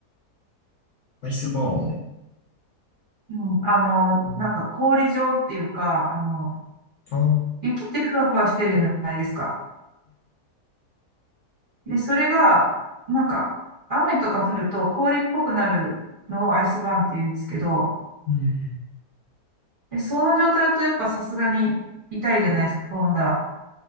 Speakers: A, on the left (about 65°); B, on the right (about 45°).
A: アイスバーン。
B: うん、あの、
A: うん
B: なんか氷状っていうか、あの、
A: あ、うん。
B: 雪ってふわふわしてるじゃないですか。で、それが、なんか、雨とか降ると氷っぽくなるのをアイスバーンって言うんですけど、
A: うん。
B: でその状態だとやっぱさすがに痛いじゃないですか、転んだら。